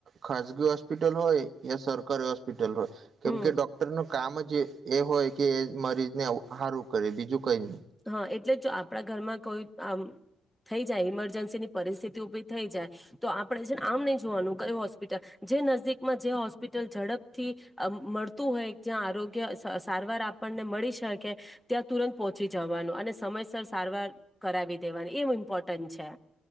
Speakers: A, on the right; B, in the centre.
A: ખાસગી હોસ્પિટલ હોય યા સરકારી હોસ્પિટલ હોય. કેમ
B: હમ
A: કે ડોકર. નું કામ જ એ, હોય કે એ મરીજને સારું કરે બીજું કઈ નહી.
B: હા એટલે જો આપણા ઘરમાં કોઈ આ થઈ જાય ઈમરજન્સીની પરિસ્થિતિ ઉભી થઈ જાય તો આપણે છે. આમ નહી જોવાનું કઈ હોસ્પિટલ જે નજીદીકમાં જે હોસ્પિટલ ઝડપથી મળતું હોય ત્યાં આરોગ્ય સારવાર આપણને મળી શકે ત્યાં તુરંત પ. પછી જવાનું અને સમયસર સારવાર કરાવી દેવાની એમ ઇમ્પોર્ટન્ટ છે.